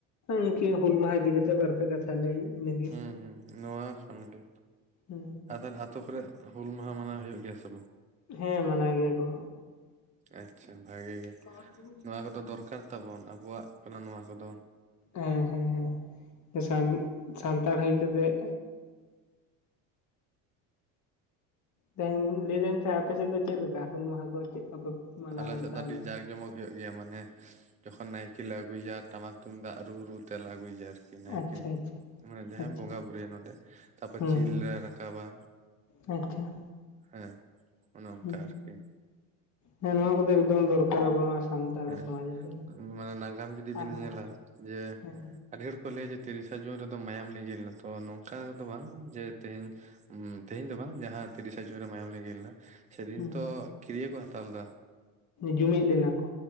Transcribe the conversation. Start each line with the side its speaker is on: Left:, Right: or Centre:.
Left: ᱤᱱᱠᱟᱹ ᱦᱩᱞ ᱢᱟᱦᱟ ᱤᱫᱤ ᱠᱟᱛᱮᱜ ᱵᱟᱨᱼᱯᱮ ᱠᱟᱛᱷᱟ ᱞᱟᱹᱭ ᱤᱱᱟᱹᱜᱮ
Right: ᱦᱩᱸ ᱦᱩᱸ ᱱᱚᱣᱟ ᱠᱷᱟᱱ ᱜᱮ,
Left: ᱦᱩᱸ
Right: ᱟᱫᱷᱟᱱ ᱟᱛᱳ ᱠᱚᱨᱮ ᱦᱩᱞ ᱢᱟᱦᱟ ᱢᱟᱱᱟᱣ ᱦᱩᱭᱩᱜ ᱜᱮᱭᱟ ᱥᱮ ᱵᱟᱝ?
Left: ᱦᱮᱸ ᱢᱟᱱᱟᱭ ᱜᱮᱭᱟ ᱠᱚ᱾
Right: ᱟᱪᱪᱷᱟ ᱵᱷᱟᱜᱤ ᱜᱮ᱾
Left: <unintelligible>
Right: ᱱᱚᱣᱟ ᱠᱚᱫᱚ ᱫᱚᱨᱠᱟᱨ ᱛᱟᱵᱚᱱ, ᱟᱵᱚᱣᱟᱜ ᱠᱟᱱᱟ ᱱᱚᱣᱟ ᱠᱚᱫᱚ᱾
Left: ᱦᱮᱸ ᱦᱮᱸ ᱦᱮᱸ ᱥᱟᱱᱛᱟᱲ ᱦᱩᱭ ᱠᱟᱛᱮᱜ ᱛᱮᱧ ᱞᱟᱹᱭ ᱫᱟᱹᱧ ᱛᱟᱦᱮᱸᱫ ᱟᱯᱮᱥᱮᱫ ᱫᱚ ᱪᱮᱫ ᱞᱮᱠᱟ? ᱦᱩᱞ ᱢᱟᱦᱟ ᱠᱚ ᱪᱮᱫ ᱞᱮᱠᱟᱯᱮ ᱢᱟᱱᱟᱣ
Right: ᱟᱞᱮ
Left: ᱵᱟᱛᱟᱣ
Right: ᱥᱮᱫ ᱫᱚ ᱟᱹᱰᱤ
Left: ᱞᱮᱫᱟ᱾
Right: ᱡᱟᱸᱠ ᱡᱚᱢᱚᱠ ᱦᱩᱭᱩᱜ ᱜᱮᱭᱟ, ᱢᱟᱱᱮ ᱡᱚᱠᱷᱚᱱ ᱱᱟᱭᱠᱮ ᱞᱮ ᱟᱹᱜᱩᱭᱟ ᱴᱟᱢᱟᱠ ᱛᱩᱢᱫᱟᱜ ᱨᱩ ᱨᱩ ᱛᱮᱞᱮ ᱟᱹᱜᱩᱭᱮᱭᱟ ᱟᱨᱠᱤ. ᱾ ᱱᱟᱭᱠᱮ
Left: ᱟᱪᱪᱷᱟ ᱟᱪᱪᱷᱟ
Right: ᱢᱟᱱᱮ ᱡᱟᱦᱟᱸᱭ
Left: ᱟᱪᱪᱷᱟ
Right: ᱵᱚᱸᱜᱟ ᱵᱩᱨᱩᱭᱟ ᱱᱚᱸᱰᱮ ᱛᱟᱨᱯᱚᱨ
Left: ᱦᱩᱸ
Right: ᱪᱤᱞ
Left: ᱦᱩᱸ
Right: ᱞᱮ ᱨᱟᱠᱟᱵᱟ᱾
Left: ᱟᱪᱪᱷᱟ᱾
Right: ᱦᱮᱸ ᱚᱱᱮ ᱚᱱᱠᱟ
Left: ᱦᱩᱸ
Right: ᱟᱨᱠᱤ᱾
Left: ᱦᱮᱸ ᱱᱚᱣᱟ ᱠᱚᱫᱚ ᱮᱠᱫᱚᱢ ᱫᱚᱨᱠᱟᱨ ᱟᱵᱚ ᱥᱟᱱᱛᱟᱲ
Right: ᱦᱮᱸ
Left: ᱥᱚᱢᱟᱡᱽ ᱨᱮᱫᱚ
Right: ᱱᱟᱜᱟᱢ ᱡᱩᱫᱤ ᱵᱤᱱ
Left: ᱟᱨ
Right: ᱧᱮᱞᱟ ᱡᱮ
Left: ᱦᱮᱸ
Right: ᱟᱹᱰᱤ ᱦᱚᱲ ᱠᱚ ᱞᱟᱹᱭᱟ ᱡᱮ ᱛᱤᱨᱤᱥᱟ ᱡᱩᱱ ᱨᱮᱫᱚ ᱢᱟᱭᱟᱢ ᱞᱤᱸᱡᱤ ᱞᱮᱱᱟ ᱛᱚ ᱱᱚᱝᱠᱟ ᱫᱚ ᱵᱟᱝ, ᱡᱮ ᱛᱮᱦᱮᱧ ᱛᱮᱦᱮᱧ ᱫᱚ ᱵᱟᱝ ᱡᱟᱦᱟᱸ ᱛᱤᱨᱤᱥᱟ ᱡᱩᱱ ᱨᱮ, ᱢᱟᱭᱟᱢ ᱞᱤᱜᱤ ᱞᱮᱱᱟ ᱥᱮᱫᱤᱱ
Left: ᱦᱩᱸ
Right: ᱛᱚ ᱠᱤᱨᱤᱭᱟᱹ ᱠᱚ ᱦᱟᱛᱟᱣ ᱞᱮᱫᱟ
Left: ᱡᱩᱢᱤᱫ ᱞᱮᱱᱟ ᱠᱚ᱾